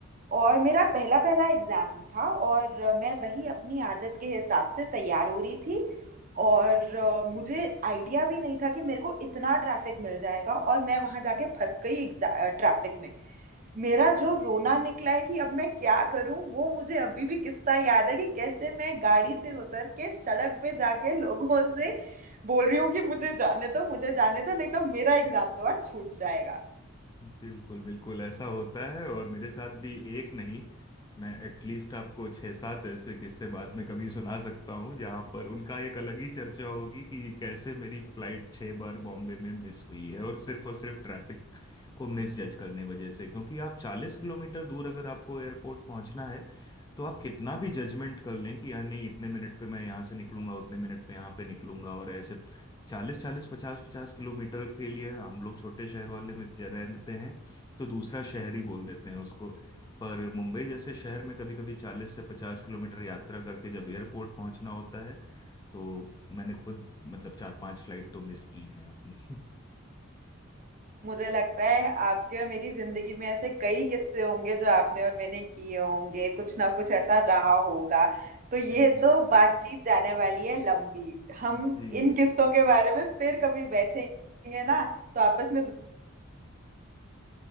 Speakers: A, on the right; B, on the left.
A: और मेरा पहला पहला एग्जाम था और अ, मैं वही अपनी आदत के हिसाब से तैयार हो रही थी और अ, मुझे आइडिया भी नहीं था कि मेरे को इतना ट्रैफिक मिल जाएगा और मैं वहां जाके फंस गई ट्रैफिक में मेरा जो रोना निकला है कि अब मैं क्या करूं वो मुझे अभी भी किस्सा याद है कि कैसे मैं गाड़ी से उतर के सड़क पे जाके लोगों से बोल रही हूँ कि मुझे जाने दो मुझे जाने दो नहीं तो मेरा एग्जाम तो आज छूट जाएगा
B: <laughs> बिल्कुल बिल्कुल ऐसा होता है और मेरे साथ भी एक नहीं मैं एटलीस्ट आपको छह सात ऐसे किस्से बाद में कभी सुना सकता हूँ जहां पर उनका एक अलग ही चर्चा होगी कि कैसे मेरी फ्लाइट छह बार बॉम्बे में मिस हुई है और सिर्फ और सिर्फ ट्रैफिक को मिस जज करने वजह से क्योंकि आप चालीस किलोमीटर दूर अगर आपको एयरपोर्ट पहुंचना है तो आप कितना भी जजमेंट कर लें कि यार नहीं इतने मिनट पे मैं यहाँ से निकलूंगा उतने मिनट पे यहाँ पे निकलूंगा और ऐसे चालीस चालीस पचास पचास किलोमीटर के लिए हम लोग छोटे शहर वाले में जन- रहते हैं तो दूसरा शहर ही बोल देते हैं उसको पर मुंबई जैसे शहर में कभी कभी चालीस से पचास किलोमीटर यात्रा करके जब एयरपोर्ट पहुंचना होता है तो मैंने खुद मतलब चार पांच फ्लाइट तो मिस की हैं अपनी
A: मुझे लगता है आपके और मेरी जिंदगी में ऐसे कई किस्से होंगे जो आपने और मैंने किए होंगे कुछ ना कुछ ऐसा रहा होगा तो ये
B: <laughs>
A: तो बातचीत जाने वाली है लंबी हम
B: जी
A: इन किस्सों के बारे में फिर कभी बैठेंगे ना तो आपस में